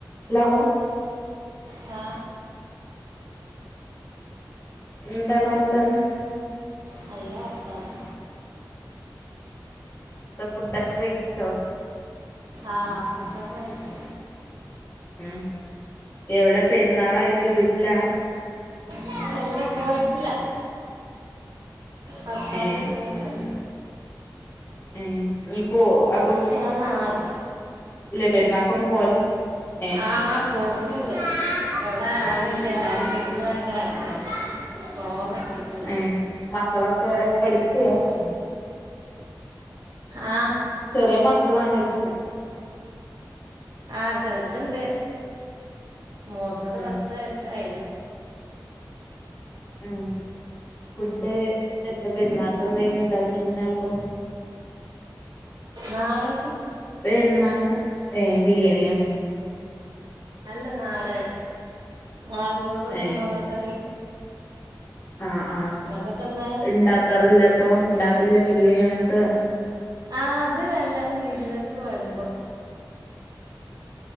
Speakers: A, on the left; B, on the right.
A: ഹലോ
B: ആ
A: എന്താണ് വർത്താനം
B: നല്ല വർത്താനം
A: <unintelligible> ഫുഡ്‌ ഒക്കെ കഴിച്ചോ
B: ആ ഫുഡ്‌ ഒക്കെ കഴിച്ചു
A: ഉം എവിട പെര്ന്നാളായിട്ട് വീട്ടിലാ
B: ഇല്ല ല്ല പോയിട്ടില്ല ഭർത്താന്റ
A: ഏ
B: വീട്ടില്ന്നെ
A: ഏ ഇപ്പൊ അപ്
B: ഞങ്ങളു നാളെ
A: പെരുന്നാക്കൊന്നും പോവല് ഏ
B: ആ പോക്ക്ണ്ട് ആ എല്ലാരും വീട്ടിൽ ആയ കാരണമേ പോകാൻ പറ്റീട്ടില്ല
A: ഏ മക്കളൊക്കെ പഠിക്കയാ
B: ഉം ആ
A: ചെറിയ മക്കളാണ്ച്ച്
B: ആ ചെറ്ത്ണ്ട് മൂത്തത്
A: ഉം
B: പത്ത്വേസായി
A: ഉം ഫുഡ് എത്ത പെര്ന്നാക്കെന്തേനി ഇണ്ടാക്കിഞ്ഞേ അപ്പൊ
B: നാളെ
A: പെര്ന്നാക്ക് ഏ ബിരിയാണിയാ
B: അല്ല നാടന് നാടഞ്ചോറ്
A: ഏ
B: കുമ്പൾങ്ങക്കറി
A: ആ ആ
B: നിങ്ങൾക്കൊക്കെ എന്താ
A: ണ്ടാക്കാറ്ല്ലെ പ്പൊ ണ്ടാക്കല് ല്ലെബിരിയാണി അങ്ങൻത്തെ
B: ആ ത്എല്ലാരും വിര്ന്നാരൊക്കെ വര്മ്പൊ